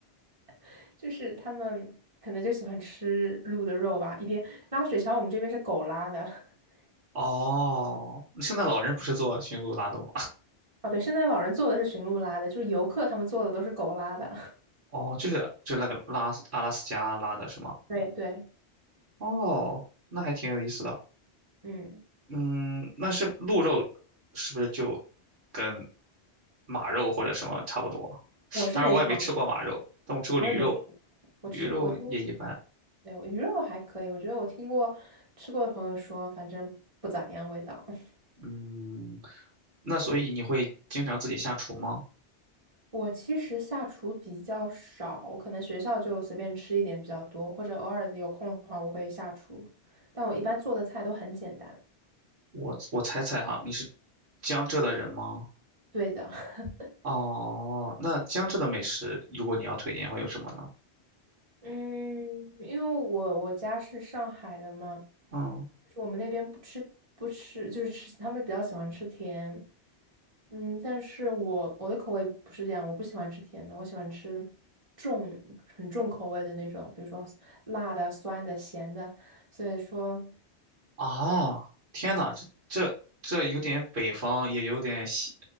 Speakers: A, on the right; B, on the right.
A: <laughs> 就是他们可能就喜欢吃鹿的肉吧。一边拉雪橇，我们这边是狗拉的。<laughs>
B: 哦，那圣诞老人不是做驯鹿拉的吗？
A: 哦，对，圣诞老人做的是驯鹿拉的，就是游客他们做的都是狗拉的。
B: 哦，就是就那个拉斯阿拉斯加拉的是吗？
A: <laughs> 对对。
B: 哦，那还挺有意思的。
A: 嗯，
B: 嗯，那是鹿肉是不是就跟马肉或者什么差不多？
A: 我是没尝过，
B: 当然我也没吃过马肉，但我吃过驴肉，
A: 我也没吃过，
B: 驴肉也一般。
A: 我吃过，我听过，对，鱼肉还可以，我觉得我听过吃过的朋友说，反正不咋样味道。<laughs>
B: 嗯，那所以你会经常自己下厨吗？
A: 我其实下厨比较少，我可能学校就随便吃一点比较多，或者偶尔有空的话我会下厨，但我一般做的菜都很简单。
B: 我我猜猜哈，你是江浙的人吗？
A: 对的，<laughs>
B: 哦，那江浙的美食，如果你要推荐会有什么呢？
A: 嗯，因为我我家是上海的嘛，
B: 嗯。
A: 就是我们那边不吃不吃，就是吃他们比较喜欢吃甜。嗯，但是我我的口味不是这样，我不喜欢吃甜的，我喜欢吃重很重口味的那种，比如说辣的、酸的、咸的。所以说，
B: 啊，天呐，这这这有点北方，也有点西